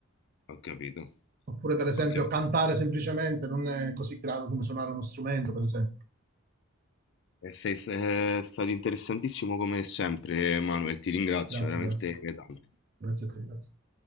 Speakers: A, on the left (about 55°); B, on the right (about 40°).
A: Ho capito,
B: Oppure, per esempio,
A: ho capito.
B: cantare semplicemente non è così grave come suonare uno strumento, per esempio.
A: E sei, è stato interessantissimo come sempre, Manuel, ti ringrazio
B: Grazie,
A: veramente
B: grazie.
A: tanto.
B: Grazie a te, grazie.